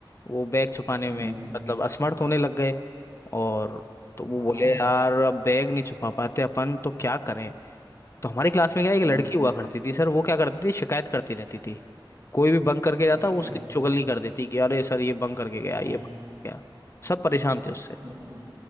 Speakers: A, on the left; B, on the right.
A: वो बैग छुपाने
B: हम्म
A: में मतलब असमर्थ होने लग गए और तो वो
B: हाँ
A: बोले यार अब बैग नहीं छुपा पाते अपन तो क्या करें तो हमारी क्लास में क्या है, एक
B: हम्म
A: लड़की हुआ करती थी सर वो क्या करती थी शिकायत करती रहती थी कोई भी बंक करके जाता
B: अच्छा
A: वो उसकी चुगली कर देती कि अरे सर ये बंक करके गया
B: हाँ
A: ये बंक करके गया सब परेशान थे उससे
B: अच्छा